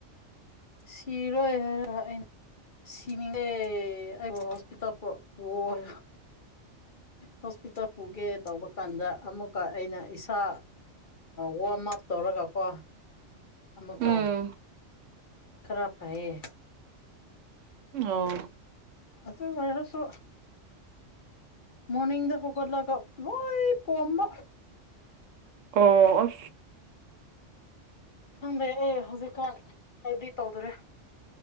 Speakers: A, on the left; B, on the right.
A: ꯁꯤꯔꯣꯏ ꯍꯥꯏꯔꯒ ꯑ ꯁꯤꯅꯤꯡꯗꯦ ꯑꯩꯕꯨ ꯍꯣꯁꯄꯤꯇꯥꯜ ꯄꯜ ꯍꯣꯁꯄꯤꯇꯥꯜ ꯄꯨꯒꯦ ꯇꯧꯕ ꯀꯥꯟꯗ ꯑꯃꯨꯛꯀ ꯑꯩꯅ ꯏꯁꯥ ꯋꯥꯔꯝ ꯑꯞ ꯇꯧꯔꯒꯀꯣ ꯑꯃꯨꯛꯀ
B: ꯎꯝ
A: ꯈꯔꯞ ꯍꯥꯏꯌꯦ
B: ꯑꯣ
A: ꯑꯗ ꯋꯥꯔꯁꯨ ꯃꯣꯔꯅꯤꯡꯡꯗ ꯍꯧꯒꯠꯂꯒ ꯂꯣꯏ ꯄꯣꯝꯕ
B: ꯑꯣ
A: ꯑꯗ ꯑꯦ ꯍꯧꯖꯤꯛꯀꯥꯟ ꯍꯥꯏꯗꯤ ꯇꯧꯗꯔꯦ